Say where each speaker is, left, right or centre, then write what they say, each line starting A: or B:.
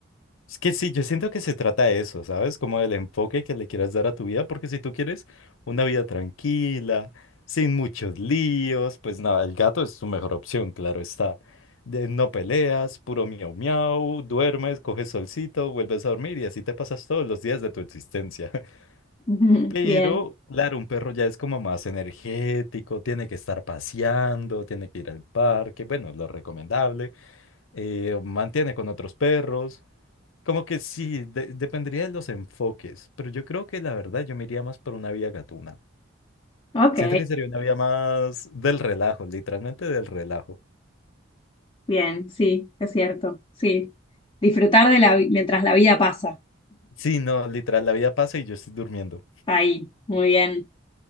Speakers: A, on the left; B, on the left.
A: Es que sí, yo siento que se trata de eso, ¿sabes? Como del enfoque que le quieras dar a tu vida, porque si tú quieres una vida tranquila, sin muchos líos, pues nada, el gato es tu mejor opción, claro está. De- no peleas, puro miau miau, duermes, coges solcito, vuelves a dormir y así te pasas todos los días de tu existencia. <laughs>
B: <laughs> Ujú,
A: Pero,
B: Bien,
A: claro, un perro ya es como más energético, tiene que estar paseando, tiene que ir al parque, bueno, lo recomendable, eh, mantiene con otros perros. Como que sí, de- dependería de los enfoques, pero yo creo que la verdad yo me iría más por una vía gatuna.
B: ok,
A: Siento que sería una vía más del relajo, literalmente del relajo.
B: bien, sí, es cierto, sí. Disfrutar de la, vi- mientras la vida pasa.
A: Sí, no, literal, la vida pasa y yo estoy durmiendo.
B: Ahí, muy bien.